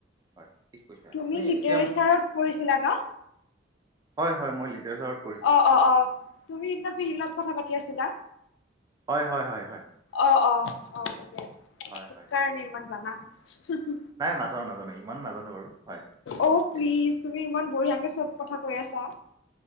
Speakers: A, on the right; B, on the left.
A: হয় ঠিক কৈছে
B: তুমি
A: আপুনি
B: লিটাৰেচাৰত
A: এতিয়া
B: পঢ়িছিলা ন
A: হয় হয় মই লিটাৰচাৰত
B: অ অ অ তুমি সেইদিনা টিভি লগত কথা পাতি আছিলা।
A: হয় হয় হয় হয়।
B: অ অ অ য়েচ
A: হয়
B: সেইকাৰণে
A: হয়
B: ইমান জানা হু হু
A: নাই নাজানো নাজানো ইমান নাজানো বাৰু হয়
B: অ' প্লিজ
A: এ-
B: তুমি ইমান বঢ়িয়াকে চব কথা কৈ আছা